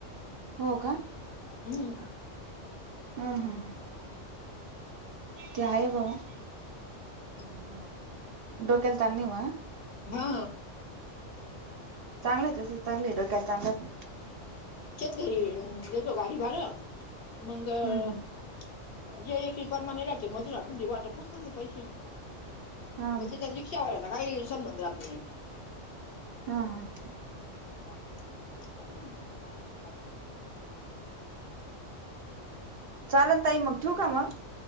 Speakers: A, on the right (about 60°); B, on the left (about 55°).
A: हो का
B: हम्म
A: हा हा ते आहे. म्हणा,
B: हा
A: डोक्याला ताण नाही न्हव.
B: हा
A: चांगलं आहे. तसं चांगलं आहे. डोक्याला तान नाही.
B: शेतकरी देतो. गाडी भाड मंग जे
A: हम्म हम्म
B: एक एकेक प्रमाने राहते. मजुरात म्हणजे वाटप होऊन जाते पैसे मग
A: हा
B: वरचे ठेवलं की काही संबंध जात नाही.
A: हा हा
B: हो ह <unintelligible>
A: चालेल. ताई मग ठेवू का मग.